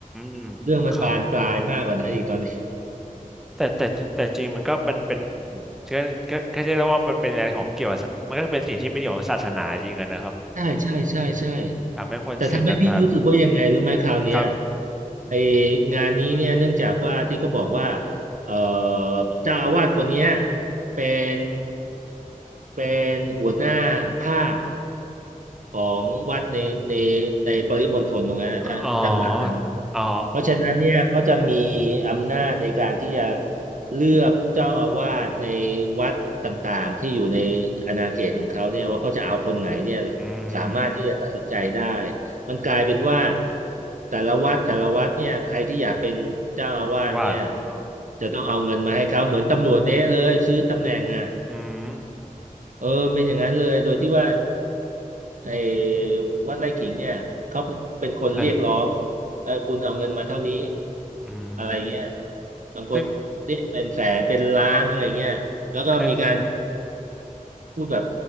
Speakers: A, in the centre; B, on the right.
A: ม
B: เรื่องมันบานปลายมากกว่านั้นอีกตอนนี้
A: ค่ะแต่แต่แต่จริงมันก็มันเป็นอืมก็ก็ก็ใช่แล้วว่ามันเป็นอะไรของเกี่ยวกับศามันก็เป็นสิ่งที่ไม่ดีของศาสนาจริงอะนะครับ
B: ใช่ใช่ใช่ใช่
A: ทำให้คนเสื่อมศรัทธาไป
B: แต่ทำให้พี่รู้สึกว่ายังไงรู้ไหมคราวเนี้ย
A: ครับ
B: ไองานนี้เนี่ยเนื่องจากว่าที่เขาบอกว่าเอ่อเจ้าอาวาสคนเนี้ยเป็นเป็นหัวหน้าภาค ของวัดในในในปริมณฑลตรงนั้นนะ้านจังหวัดนั้น
A: อ๋ออ๋อ
B: เพราะฉะนั้นเนี่ยเขาจะมีอำนาจในการที่จะเลือกเจ้าอาวาสในวัดต่างๆที่อยู่ในอาณาเขตของเขาเนี่ยว่าเขาจะเอาคนไหนเนี่ย
A: อื
B: สามารถที่จะตัดสินใจได้
A: ม
B: มันกลายเป็นว่าแต่ละวัดแต่ละวัดเนี่ยใครที่อยากเป็นเจ้าอาวาสเนี่ย
A: ว่าอ๋อ
B: จะต้องเอาเงินมาให้เขาเหมือนตำรวจเด้เลยซื้อตำแหน่งอ่ะ
A: อืม
B: เออเป็นอย่างนั้นเลยโดยที่ว่า ไอ้วัดไร่ขิงเนี่ยเขาเป็นคนเรียกร้อง
A: แต่
B: เออคุณเอาเงินมาเท่านี้
A: อื
B: อะไรเงี้ย
A: ม
B: บางคนเรียกเป็นแสนเป็นล้านอะไรเงี้ยแล้วก็มีการ
A: ซึ่งใคร
B: พูดแบบ